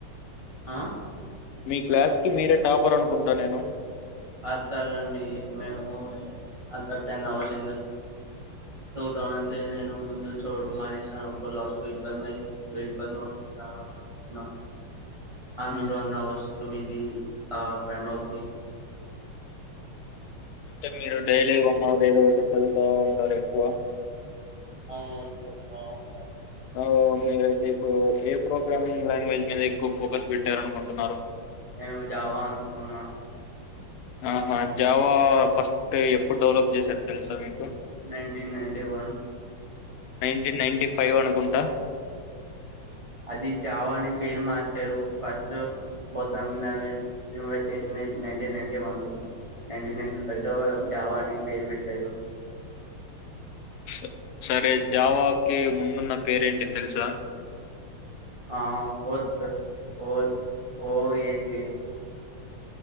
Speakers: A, on the right (about 55°); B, on the left (about 85°).
A: ఆ
B: మీ క్లాస్ కి మీరే టాపర్ అనుకుంటా నేను.
A: అతా అండి మేము అంత టెన్ అవర్స్ టు థౌసండ్ అంతే ముందు చూడడం. మనేసను అప్పుడు లాస్ట్ లో ఇబ్బంది అవుతుంది అనుకున్న. అన్నరు
B: హ్మ్.
A: అవర్స్ మీది. తా పణది.
B: అంటే మీరు డైలీ వన్ అవర్ ఏదో ఒకటి చదువుతా ఉంటారు ఎక్కువ.
A: అవును అవును.
B: అవో మీరైతే ఇప్పుడు ఏ ప్రోగ్రామింగ్ లాంగ్వేజ్ మీద ఎక్కువ ఫోకస్ పెట్టారనుకుంటున్నారు.
A: నేను జావా అంతుకున్న.
B: ఆహా జావా ఫస్ట్ ఎప్పుడు డేవలఫ్ జేశారు తెలుసా మీకు.
A: Nineteen ninety one.
B: Nineteen ninety five అనుకుంటా.
A: అది జావా అని పేరు మార్చారు ఫస్ట్ పొద్దాం నవీస్ ఇన్వైట్ చేసింది. నైన్టీన్ నైన్టీ వన్లో నైన్టీన్ నైన్టీ ఫైవ్ లో జావా అని పేరు పెట్టారు.
B: స సరే జావాకిి ముందున్న పేరేంటి తెలుసా.
A: ఆ ఓత్ ఓత్ ఓ ఏతే.